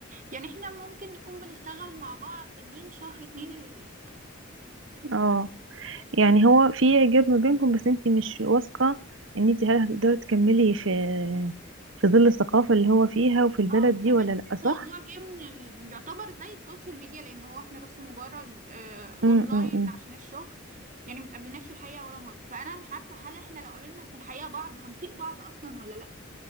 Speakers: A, on the right (about 40°); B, on the right (about 65°).
A: يعني احنا ممكن نكون بنشتغل مع بعض من شهر اتنين اللي فات
B: اه يعني هو في اعجاب ما بينكم بس انت مش واثقه ان انت هل هتقدري تكملي في في ظل الثقافه اللي هو فيها وفي البلد
A: اه وكمان
B: دي ولا لا صح
A: الموضوع جه من ال... يعتبر زي السوشيال ميديا لان هو احنا بس مجرد آه
B: أم
A: اونلاين
B: أم أم.
A: عشان الشغل يعني متقابلناش في الحقيقة ولا مرة فانا مش عارفة هل احنا لو قابلنا في الحقيقة بعض هنطيق بعض اصلا ولا لا